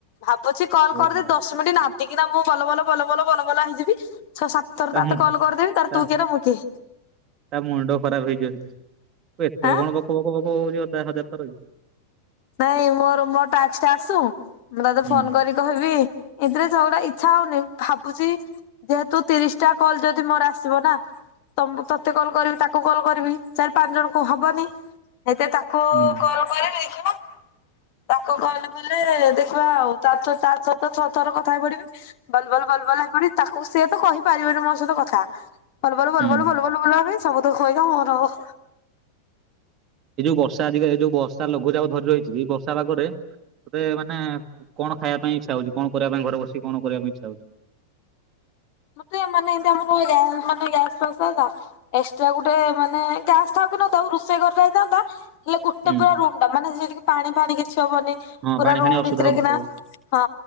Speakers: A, on the left; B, on the right.
A: ଭାବୁଚି କଲ୍
B: ଓହୋ।
A: କରିଦେଇ ଦଶ ମିନିଟ୍ ନଧିକିନା ମୁଁ ବଲ ବଲ ବଲ ବଲ ବଲ ବଲ ହେଇଯିବି ଛଅ ସାତ ତୋର
B: ତା
A: ତତେ
B: ମୁ
A: କଲ୍ କରିଦେବି ତାପରେ
B: ତା
A: ତୁ କିଏନା ମୁଁ କିଏ।
B: ତା ମୁଣ୍ଡ ଖରାପ୍ ହେଇଯିବ ତୁ ଏତେ
A: ଆଁ।
B: କଣ ବକ ବକ ବକ ହୋଉଚୁ ହଜାର ଥରକି।
A: ନାଇଁ ମୋର ମୋର ଟାଷ୍କଟା ଆସୁ ମୁଁ ତତେ
B: ହୁଁ।
A: ଫୋନ୍ କରିକି କହିବି ଏଥିରେ ଝଗଡ଼ା ଇଚ୍ଛା ହଉନି ଭାବୁଚି ଯେହେତୁ ତିରିଶଟା କଲ୍ ଯଦି ମୋର ଆସିବନା ତମ୍ ତତେ କଲ୍ କରିବି ତାକୁ କଲ୍ କରିବି ଚାରି ପାଞ୍ଚ ଜଣକୁ ହବନି ହେଇତେ ତାକୁ
B: ହୁଁ।
A: କଲ୍ କରିବି ଦେଖିବା ତାକୁ କଲ୍ କଲେ ଦେଖିବା ଆଉ ତାରତ ଛ ଛଅ ଥର କଥା ହେଇ ପଢ଼ିବି। ବଲବଲ ବଲବଲ ହେଇପଡ଼ି ତାକୁ ସିଏତ କହିପାରିବନି ମୋସହିତ କଥା ବଲ ବଲ ବଲ
B: ହୁଁ
A: ବଲ ବଲ ବଲ ବଲ ହେବି ସବୁତକ ପଇସା ମୋରହବ।
B: ଏଇ ଯୋଉ ବର୍ଷା ଅଧିକା ହେଯୋଉ ବର୍ଷା ଲଘୁଚାପ ଧରି ରହିଚି ଏଇ ବର୍ଷା ପାଗରେ ତୋତେ ମାନେ କଣ ଖାଇବା ପାଇଁ ଇଚ୍ଛା ହଉଜି କଣ କରିବା ପାଇଁ ଘରେ ବସି କଣ କରିବା ପାଇଁ ଇଛା ହଉ
A: ମତେ ମାନେ ଏନ୍ତି ଆମ ଗ୍ୟାସ୍ <unintelligible> ଏକ୍ସଟ୍ରା ଗୋଟେ ମାନେ ଗ୍ୟାସ୍ ଥାଉ କି ନଥାଉ ରୋଷେଇ ଘରଟା ହେଇଥାନ୍ତା ହେଲେ ଗୋଟେ
B: ହୁଁ
A: ପୁରା ରୁମ୍ ଟା ମାନେ ଜିନ୍ଦି କି ପାଣି ଫାଣି କିଛି ହବନି
B: ହଁ
A: ପୁରା
B: ପାଣି
A: ରୁମ
B: ଫାଣି ଅସୁବିଧା
A: ଭିତରେ
B: ହଉନଥିବ
A: କିନା ହଁ